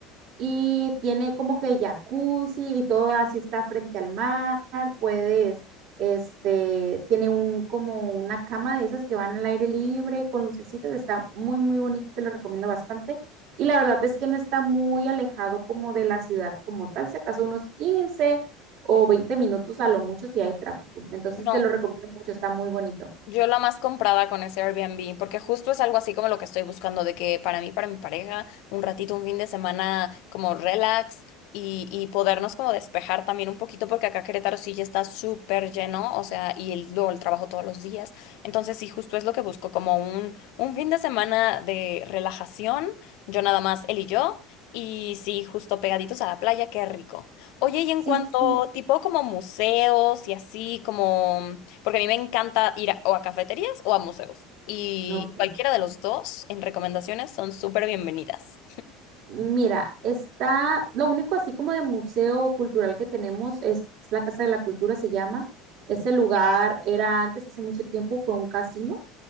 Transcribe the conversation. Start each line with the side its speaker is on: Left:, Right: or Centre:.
Right: y tiene como que jacuzzi y todo así está frente al mar, puedes, este, tiene un como una cama de esas que van al aire libre con lucecitas, está muy muy bonito, te lo recomiendo bastante y la verdad es que no está muy alejado como de la ciudad como tal, se acaso unos quince o veinte minutos a lo mucho si hay tráfico, entonces
Left: No.
Right: te lo recomiendo mucho, está muy bonito.
Left: Yo la más comprada con ese Airbnb, porque justo es algo así como lo que estoy buscando, de que para mí, para mi pareja, un ratito, un fin de semana como relax y, y podernos como despejar también un poquito, porque acá Querétaro sí ya está súper lleno, o sea, y el, luego el trabajo todos los días. Entonces sí, justo es lo que busco, como un, un fin de semana de relajación, yo nada más, él y yo, y sí, justo pegaditos a la playa, qué rico. Oye, y en
Right: Sí,
Left: cuanto
Right: sí, sí.
Left: tipo como museos y así como... Porque a mí me encanta ir a- o a cafeterías o a museos. Y
Right: Ok.
Left: cualquiera de los dos en recomendaciones son súper bienvenidas.
Right: Mira, está, lo único así como de museo cultural que tenemos es, la Casa de la Cultura, se llama. Ese lugar era antes, hace mucho tiempo, fue un casino